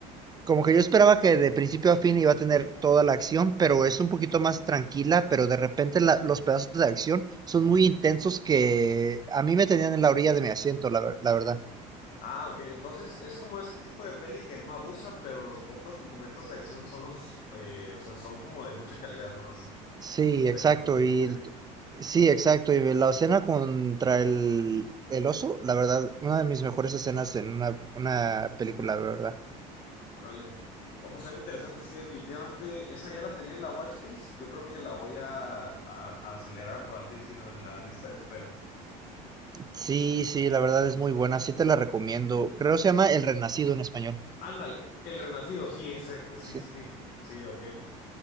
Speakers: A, on the right; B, on the left.
A: como que yo esperaba que de principio a fin iba a tener toda la acción, pero es un poquito más tranquila, pero de repente la- los pedazos de acción son muy intensos que a mí me tenían en la orilla de mi asiento, la ver- la verdad.
B: Ah, ok. Entonces es como ese tipo de peli que no abusa, pero los pocos momentos de acción son los, eh, o sea, son como de mucha calidad, ¿no? Así,
A: Sí, exacto.
B: o sea, que no desperdician.
A: Y sí, exacto. Y la escena contra el, el oso, la verdad, una de mis mejores escenas en una, una película, la verdad.
B: Órale. Vamos, ser interesante, sí, definitivamente. Esa ya la tenía en la watchlist. Yo creo que la voy a, a a acelerar, por así decirlo, en la lista de espera.
A: Sí, sí, la verdad es muy buena. Sí te la recomiendo. Creo se llama El Renacido en español.
B: Ándale, El Renacido, sí, ese, sí,
A: Sí.
B: sí, sí, sí, ok.